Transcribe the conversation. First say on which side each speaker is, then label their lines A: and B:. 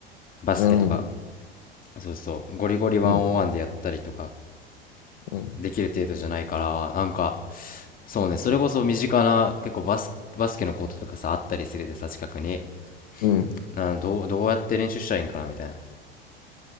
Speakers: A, on the left; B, on the left.
A: バスケとか、
B: なるほど。
A: そうそう、ゴリゴリワンオンワンでやったりとか、
B: うん、うん、
A: できる程度じゃないから、なんか、そうね、それこそ身近な、結構バス、バスケのコートとかさ、あったりするでさ、近くに。
B: うん。
A: な、どう、どうやって練習したらいいんかな、みたいな。